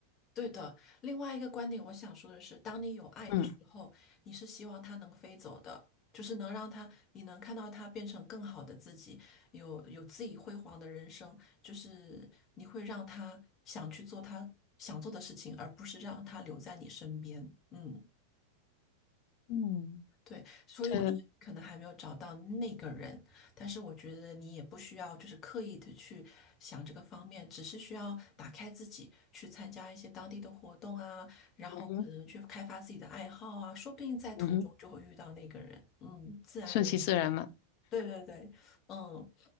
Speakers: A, on the left (about 30°); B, on the left (about 45°).
A: 对的，另外一个观点，我想说的是，当你有爱的时候，
B: 嗯，
A: 你是希望它能飞走的，就是能让它，你能看到它变成更好的自己，有有自己辉煌的人生，就是你会让他想去做他想做的事情，而不是让他留在你身边。嗯
B: 嗯，
A: 对，所以我觉得可能还没有找到那个人，
B: 这嗯
A: 但是我觉得你也不需要就是刻意的去想这个方面，只是需要打开自己，去参加一些当地的活动啊，然后可能去开发自己的爱好啊，
B: 哼
A: 说不定在途中就会遇到那个人，
B: 嗯哼，
A: 嗯，自然而然。
B: 顺其自然嘛，
A: 对对对，嗯，